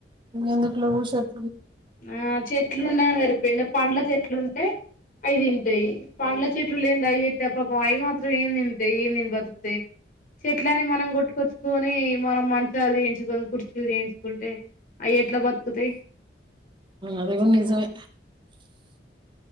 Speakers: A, on the right (about 25°); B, on the left (about 50°).
A: ఎందుకులో ఊ షర్ట్
B: ఆ చెట్లు ఉండ మరి పిండ పండ్ల చెట్లుంటే అయి తింటయి పండ్ల చెట్ ట్లు లేంది అయ్యి దెబ్బకు అయ్యి మాత్రం ఏం తింటాయి ఏం తిని బతుకుతయి చెట్లని మనం కొట్టుకోచ్చు కొని మనం మంచాలు చేయించుకొని కుర్చీలు చేయించు కుంటే అవి ఎట్లా బతుకుతాయి
A: అది గుడ నిజమే